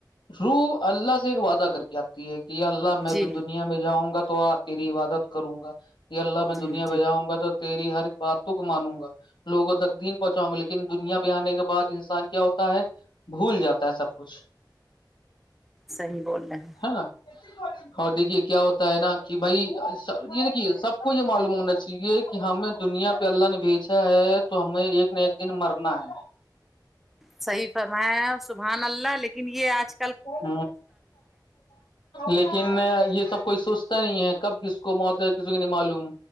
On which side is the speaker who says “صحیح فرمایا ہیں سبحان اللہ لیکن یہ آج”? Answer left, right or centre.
Centre